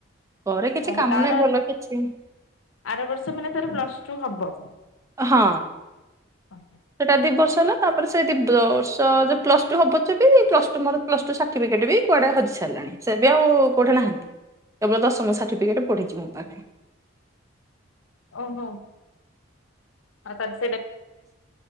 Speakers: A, on the right; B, on the left.
A: ଘରେ କିଛି
B: ଓହୋଃ।
A: କାମ
B: ତାର
A: ନାହିଁ ଭଲ କିଛି
B: ଆର ବର୍ଷ ମାନେ, ତାର ପ୍ଲସ ଟୁ ହବ।
A: ହଁ।
B: ଅ,
A: ସେଟା ଦି ବର୍ଷ ହେଲା। ତାପରେ, ସେ ଦି ବର୍ଷ ଯେ ପ୍ଲସ ଟୁ ହବ ଯିବି, ପ୍ଲସ୍ ଟୁ ମୋର ପ୍ଲସ୍ ଟୁ ସାର୍ଟିଫିକେଟ ବି କୁଆଡେ ହଜି ସାରିଲାଣି? ସେ ବି ଆଉ କୋଉଠି ନାହାନ୍ତି। କେବଳ ଦଶମ ସାର୍ଟିଫିକେଟ ପଢ଼ିଛି ମୋ ପାଖରେ।
B: ଓହୋଃ। <unintelligible>